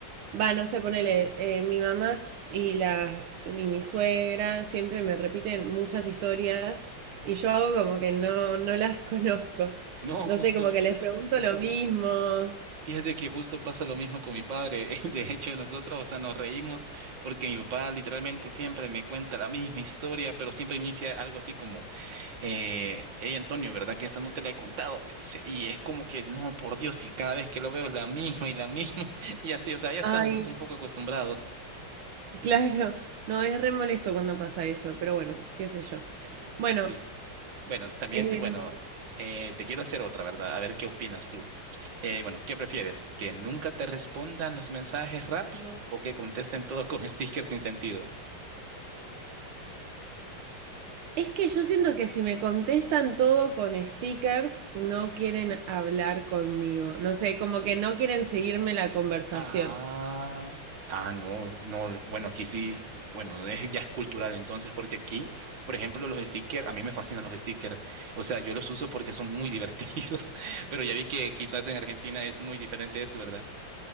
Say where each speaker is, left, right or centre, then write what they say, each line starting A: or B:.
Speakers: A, on the right (about 80°); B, on the right (about 60°).
A: Va, no sé, ponele, eh, mi mamá y la, mi, mi suegra siempre me repiten muchas historias y yo hago como que no, no las <laughs> conozco.
B: No,
A: No
B: justo,
A: sé, como que les pregunto lo mismo.
B: fíjate que justo pasa lo mismo con mi padre. <laughs> De hecho, nosotros, o sea, nos reímos porque mi papá literalmente siempre me cuenta la misma historia, pero siempre inicia algo así como Eh, hey Antonio, ¿verdad que esta no te la he contado? Me dice, y es como que, no, por Dios, y cada vez que lo veo es la misma y la misma, <laughs> y así, o sea, ya estamos
A: Ay,
B: un poco acostumbrados. <laughs>
A: claro, no, es re molesto cuando pasa eso, pero bueno, qué sé yo. Bueno,
B: Sí. Bueno, también,
A: em,
B: te, bueno, eh, te quiero hacer otra, ¿verdad? A ver qué opinas tú. Eh, bueno, ¿qué prefieres? ¿Que nunca te respondan los mensajes rápido o que contesten todos con <laughs> stickers sin sentido?
A: es que yo siento que si me contestan todo con stickers, no quieren hablar conmigo. No sé, como que no quieren seguirme la conversación.
B: Ah, ah, no, no, bueno, aquí sí, di- bueno, <laughs> es- ya es cultural entonces, porque aquí, por ejemplo, los stickers, a mí me fascinan los stickers, o sea, yo los uso porque son muy divertidos, <laughs> pero ya vi que quizás en Argentina es muy diferente eso, ¿verdad?